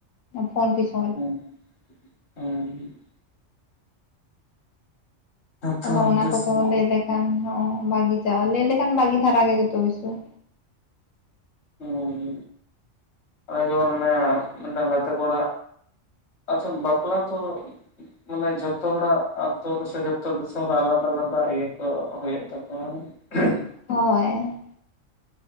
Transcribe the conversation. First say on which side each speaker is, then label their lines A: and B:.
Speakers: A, on the left; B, on the left.
A: ᱯᱷᱳᱱ ᱯᱤᱪᱷ
B: <inaudible> ᱡᱚᱛᱚ
A: ᱟᱫᱚ ᱚᱱᱟ
B: ᱤᱱᱴᱟᱨᱮᱥᱴ
A: ᱠᱚᱫᱚ
B: ᱪᱟᱵᱟ
A: ᱞᱟᱹᱭ ᱞᱮᱠᱷᱟᱱ ᱱᱚᱜ ᱵᱟᱹᱜᱤ ᱪᱟ ᱞᱟᱹᱭ ᱞᱮᱠᱷᱟᱱ ᱵᱷᱟᱜᱤ ᱫᱷᱟᱨᱟ ᱜᱮ ᱡᱚᱛᱚ ᱠᱤᱥᱩ ᱾
B: ᱦᱩᱸ ᱟᱞᱮ ᱡᱮᱢᱚᱱ ᱢᱮᱱᱟᱭᱟ ᱢᱤᱫᱴᱟᱝ ᱜᱟᱛᱮ ᱠᱚᱲᱟ ᱟᱥᱚᱞ ᱵᱟᱯᱞᱟ ᱛᱚ ᱢᱟᱱᱮ ᱡᱷᱚᱛᱚ ᱦᱚᱲᱟᱜ ᱟᱛᱩ ᱨᱮ ᱥᱮ ᱡᱚᱛᱚ ᱫᱤᱥᱚᱢ ᱨᱮ ᱟᱞᱟᱫᱟ - ᱟᱞᱟᱫᱟ ᱤᱭᱟᱹ ᱠᱚ ᱦᱩᱭᱩᱜ ᱛᱟᱠᱚᱣᱟ ᱾ ᱦᱮᱸ
A: ᱦᱳᱭ